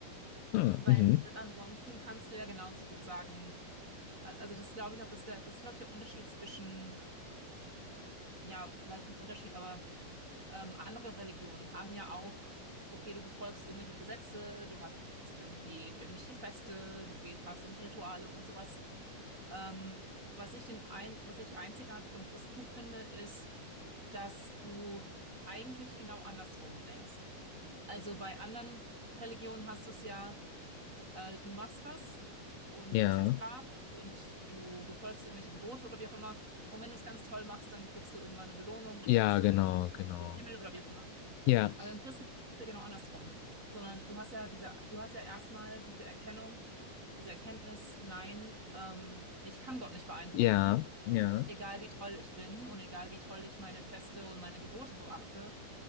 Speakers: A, on the left (about 80°); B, on the right (about 20°).
A: ah,
B: weil
A: mhm,
B: ansonsten kannst du ja genauso gut sagen, a- also das glaube ich auch, dass der, das ist, glaube ich, der Unterschied zwischen, ja, vielleicht nicht Unterschied, aber ähm, andere Religionen haben ja auch, okay, du befolgst irgendwelche Gesetze, du hast irgendwie irgendwelche Feste, du gehst, hast irgendwelche Rituale und sowas. Ähm, was ich den ein, was ich einzigartig am Christentum finde, ist, dass du eigentlich genau andersrum denkst. Also bei anderen Religionen hast du es ja äh, du machst was und
A: ja,
B: du bist jetzt brav und du befolgst irgendwelche Gebote oder wie auch immer. Und wenn du es ganz toll machst, dann kriegst du irgendwann eine Belohnung, dann
A: ja,
B: kriegst du
A: genau,
B: irgendwie
A: genau.
B: den Himmel oder wie auch immer.
A: Ja,
B: Aber im Christentum ist es ja genau andersrum. Sondern du hast ja diese, du hast ja erstmal diese Erkennung, diese Erkenntnis, nein, ähm, ich kann Gott nicht beeindrucken,
A: ja, ja,
B: egal wie toll ich bin und egal wie toll ich meine Feste und meine Gebote beachte